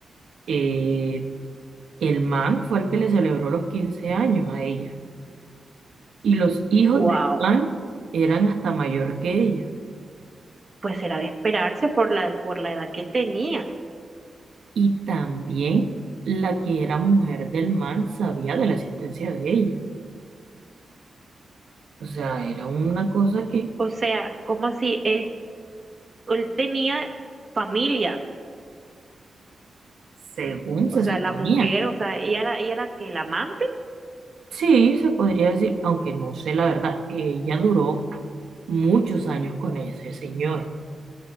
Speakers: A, on the right (about 70°); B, on the right (about 25°).
A: eh, el man fue el que le celebró los 15 años a ella. Y los hijos
B: Wow,
A: del man eran hasta mayor que ella.
B: pues era de esperarse por la, por la edad que tenía.
A: Y también la que era mujer del man sabía de la existencia de ella. O sea, era una cosa que,
B: O sea, ¿cómo así? Él, él tenía familia.
A: según
B: O
A: se
B: sea,
A: suponía,
B: la mujer, o sea, ella era, ella era que la amante.
A: sí, se podría decir, aunque no sé la verdad, ella duró muchos años con ese señor.